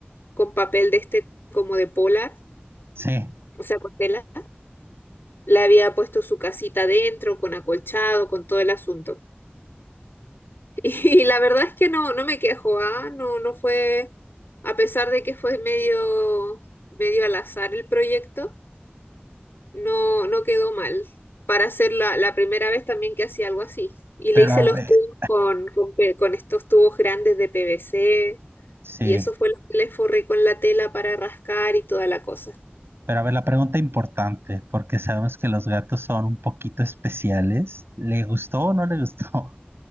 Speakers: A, on the left; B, on the right.
A: con papel de este como de polar,
B: sí.
A: o sea, con tela. Le había puesto su casita dentro, con acolchado, con todo el asunto. Y la verdad es que no, no me quejo, ¿ah? No, no fue, a pesar de que fue medio, medio al azar el proyecto, no, no quedó mal. Para hacer la, la primera vez también que hacía algo así. Y
B: Pero
A: le hice
B: a
A: los
B: ver,
A: tubos con, con, pe- con estos tubos grandes de PVC,
B: sí.
A: y eso fue lo que le forré con la tela para rascar y toda la cosa.
B: Pero a ver, la pregunta importante, porque sabemos que los gatos son un poquito especiales. ¿Le gustó o no le gustó? <laughs>